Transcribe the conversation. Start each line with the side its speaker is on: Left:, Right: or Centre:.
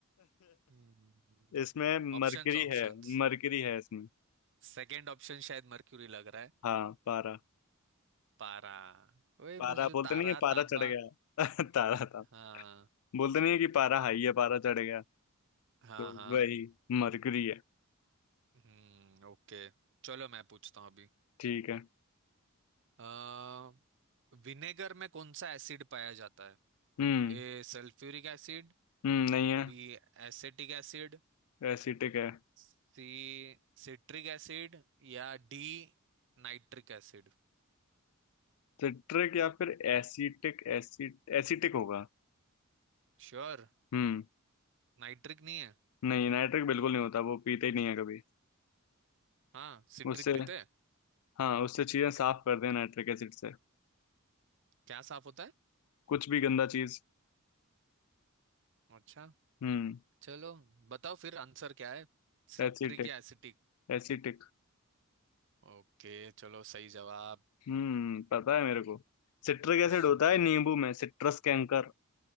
Right: हम्म
Left: इसमें
Right: Options
Left: मरकरी
Right: options
Left: है मरकरी है इसमें
Right: सेकंड ऑप्शन शायद मर्क्यूरी लग रहा है
Left: हाँ पारा
Right: पारा वही
Left: पारा
Right: बस जो
Left: बोलते
Right: तारा
Left: नहीं है पारा
Right: तांबा
Left: चढ़ गया <laughs> तारा था
Right: हाँ
Left: बोलते नहीं है कि पारा हाई है पारा चढ़ गया तो
Right: हाँ हाँ
Left: वही मरकरी है
Right: हम्म ओके चलो मैं पूछता हूँ अभी
Left: ठीक है
Right: अ विनेगर में कौन सा एसिड पाया जाता है
Left: हम्म
Right: A sulphuric acid
Left: हम्म नहीं है
Right: B acetic acid
Left: एसिटिक है
Right: C citric acid या D nitric acid
Left: सिट्रिक या फिर एसिटिक एसिड एसिटिक होगा
Right: Sure
Left: हम्म
Right: Nitric नहीं है
Left: नहीं नाइट्रिक बिल्कुल नहीं होता वो पीते ही नहीं है कभी
Right: हाँ सिट्रिक
Left: उससे
Right: पीते हैं
Left: हाँ उससे चीजें साफ कर दें नाइट्रिक एसिड से
Right: क्या साफ होता है
Left: कुछ भी गंदा चीज
Right: अच्छा
Left: हम्म
Right: चलो बताओ फिर आंसर क्या है सिट्रिक
Left: Acetic
Right: या एसिटिक
Left: acetic
Right: ओके चलो सही जवाब
Left: हम्म पता है मेरे को सिट्रिक
Right: <laughs>
Left: एसिड होता है नींबू में सिट्रस कैंकर